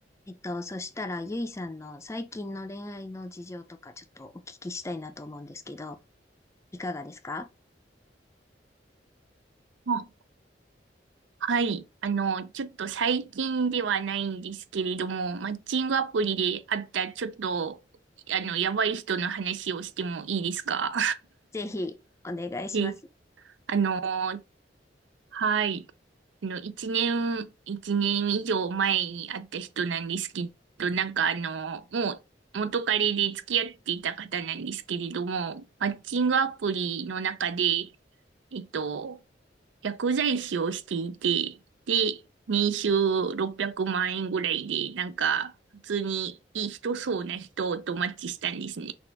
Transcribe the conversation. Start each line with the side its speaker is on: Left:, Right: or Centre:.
Left: えっと、そしたら、ゆいさんの最近の恋愛の事情とかちょっとお聞きしたいなと思うんですけど、いかがですか
Right: あはい。あの、ちょっと最近ではないんですけれども、マッチングアプリで会ったちょっと、あの、やばい人の話をしてもいいですか
Left: ぜひ、お願いします。
Right: で <laughs>、あの、はい。あの、一年、一年以上前に会った人なんですけど、なんかあの、もう元彼で付き合っていた方なんですけれども、マッチングアプリの中で、えっと、薬剤師をしていて、で、年収600万円ぐらいで、なんか、普通にいい人そうな人とマッチしたんですね。